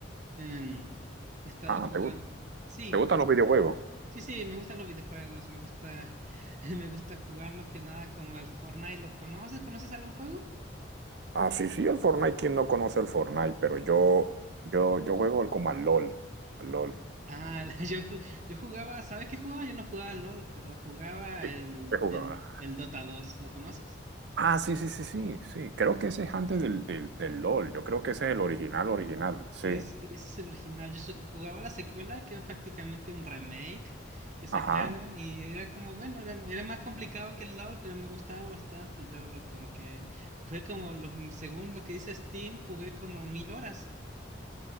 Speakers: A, on the right; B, on the right.
A: em, he estado
B: Ah,
A: jugando.
B: ¿te, gu-
A: Sí,
B: te gustan los videojuegos?
A: sí, sí, me gustan los videojuegos, me gusta, <laughs> me gusta jugar más que nada como el Fortnite. ¿Lo conoces? ¿Conoces algún juego?
B: Ah, sí, sí, el Fortnite, ¿quién no conoce el Fortnite? Pero yo, yo, yo juego al- como al LOL, al LOL.
A: Ah, <laughs> yo, ju- yo jugaba, ¿sabes qué jugaba? Yo no jugaba al LOL, pero jugaba
B: ¿Qué,
A: el,
B: qué jugaba?
A: el, el Dota 2, ¿lo conoces?
B: Ah, sí, sí, sí, sí, sí. Creo que ese es antes del, del, del LOL. Yo creo que ese es el original, original. Sí.
A: Sí, sí, ese es el original. Yo su- jugaba la secuela, que era prácticamente un remake que sacaron
B: Ajá.
A: y era como, bueno, era, era más complicado que el LoL, pero me gustaba bastante. Yo lo, como que, fue como, lo- según lo que dice Steam, jugué como mil horas.